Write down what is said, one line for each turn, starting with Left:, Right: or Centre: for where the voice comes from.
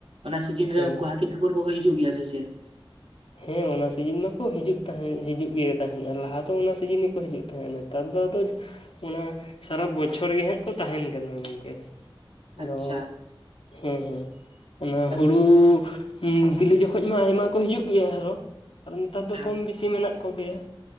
Right: ᱚᱱᱟ ᱥᱤᱡᱤᱱ ᱨᱮ
Left: ᱦᱮᱸ
Right: ᱩᱱᱠᱩ ᱦᱟᱹᱛᱤ ᱴᱷᱟᱠᱩᱨ ᱠᱚᱠᱚ ᱦᱤᱡᱩᱜ ᱜᱮᱭᱟ ᱥᱮ ᱪᱮᱫ,
Left: ᱦᱮᱸ ᱚᱱᱟ ᱥᱤᱡᱤᱱ ᱢᱟᱠᱚ ᱦᱤᱡᱩᱜ ᱛᱟᱦᱮᱸᱫ ᱦᱤᱡᱩᱜ ᱜᱮ ᱛᱟᱦᱮᱸᱫ ᱟᱨ ᱞᱟᱦᱟ ᱫᱚ ᱚᱱᱟ ᱥᱤᱡᱤᱱ ᱜᱮᱠᱚ ᱦᱤᱡᱩᱜ ᱛᱟᱦᱮᱸᱫ ᱱᱮᱛᱟᱨ ᱫᱚ ᱟᱫᱚ ᱚᱱᱟ ᱥᱟᱨᱟ ᱵᱚᱪᱷᱚᱨ ᱜᱮ ᱦᱟᱸᱜ ᱠᱚ ᱛᱟᱦᱮᱱ ᱠᱟᱱᱟ ᱜᱚᱢᱠᱮ ᱫᱚ
Right: ᱟᱪᱪᱷᱟ
Left: ᱦᱩᱸ ᱦᱩᱸ ᱚᱱᱟ
Right: ᱟᱫᱚ
Left: ᱦᱩᱲᱩ
Right: ᱡᱚᱠᱷᱚᱱ
Left: ᱦᱮᱸ ᱵᱤᱞᱤ ᱡᱚᱠᱷᱚᱱ ᱢᱟ ᱟᱭᱢᱟ ᱠᱚ ᱦᱤᱡᱩᱜ ᱜᱮᱭᱟ ᱟᱨᱚ ᱟᱨ ᱱᱮᱛᱟᱨ ᱫᱚ
Right: ᱦᱮᱸ
Left: ᱠᱚᱢ ᱵᱮᱥᱤ ᱢᱮᱱᱟᱜ ᱠᱚᱜᱮᱭᱟ